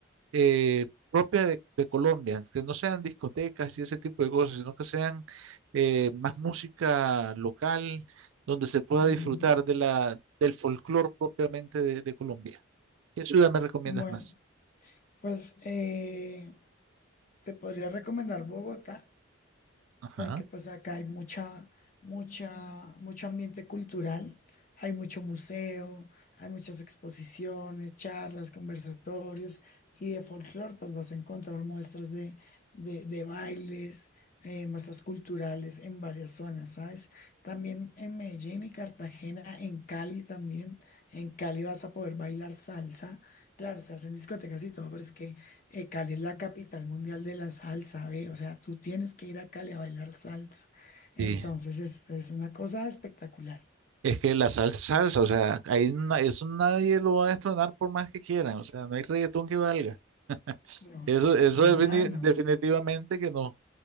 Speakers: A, on the right; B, on the left.
A: eh, propia de, de Colombia? Que no sean discotecas y ese tipo de cosas, sino que sean eh, más música local, donde se pueda
B: Ujú.
A: disfrutar de la, del folclore propiamente de, de Colombia. ¿Qué ciudad me recomiendas
B: Bueno,
A: más?
B: pues eh, te podría recomendar Bogotá.
A: Ajá.
B: porque pues acá hay mucha, mucha, mucho ambiente cultural, hay mucho museo, hay muchas exposiciones, charlas, conversatorios y de folclore pues vas a encontrar muestras de, de, de bailes, eh, muestras culturales en varias zonas, ¿sabes? También en Medellín y Cartagena, en Cali también, en Cali vas a poder bailar salsa, claro, se hacen discotecas y todo, pero es que... Eh, Cali es la capital mundial de la salsa, ¿ve? O sea, tú tienes que ir a Cali a bailar salsa. Entonces
A: Sí.
B: es, es una cosa espectacular.
A: Es que la salsa es salsa, o sea, ahí na- eso nadie lo va a destronar por más que quieran, o sea, no hay reggaetón que valga.
B: No,
A: Eso,
B: no, no,
A: eso
B: allá
A: defini-
B: no.
A: definitivamente que no,